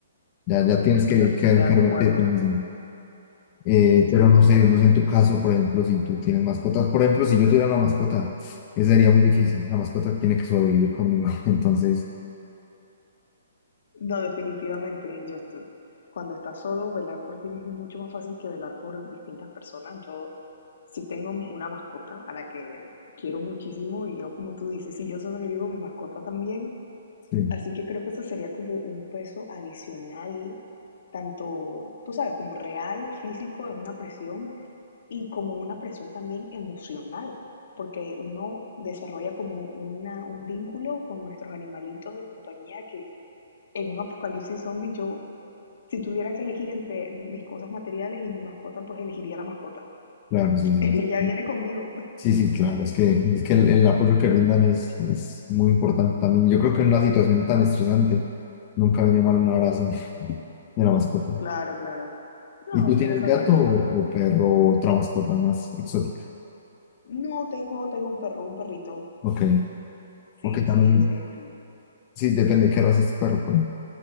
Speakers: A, on the left; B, on the left.
A: Ya,
B: No,
A: ya
B: cien
A: tienes
B: por ciento
A: que,
B: estoy
A: que encargarte
B: de acuerdo.
A: de ti mismo. Eh,
B: Estoy
A: pero no
B: completamente
A: sé, no sé en
B: de
A: tu
B: acuerdo.
A: caso, por ejemplo, si tú tienes mascotas. Por ejemplo, si yo tuviera una mascota, eso sería muy difícil. La mascota tiene que sobrevivir conmigo. <laughs> Entonces,
B: No, definitivamente, yo estoy- cuando estás solo, velar por ti mismo es mucho más fácil que velar por distintas personas. Yo sí tengo una mascota a la que quiero muchísimo y yo, como tú dices, si yo sobrevivo, mi mascota también.
A: sí,
B: Así que creo que eso sería como un peso adicional, tanto, tú sabes, como real, físico, es una presión y como una presión también emocional, porque uno desarrolla como una, un vínculo con nuestros animalitos de compañía que en un apocalipsis zombie, yo, si tuviera que elegir entre mis cosas materiales y mi mascota, pues elegiría la mascota.
A: claro, sí,
B: <laughs>
A: sí.
B: Ella viene conmigo.
A: Sí, sí, claro, es que, es que el, el apoyo que brindan es, es muy importante también. Yo creo que en una situación tan estresante nunca viene mal un abrazo de la mascota.
B: Claro, claro. No,
A: ¿Y tú tienes
B: pero también
A: gato
B: las
A: o,
B: mascotas.
A: o perro o otra mascota más exótica?
B: No, tengo, tengo un perro, un perrito.
A: Ok,
B: Sí,
A: ok, también,
B: sí, es, es fino.
A: sí, depende de qué raza es tu perro,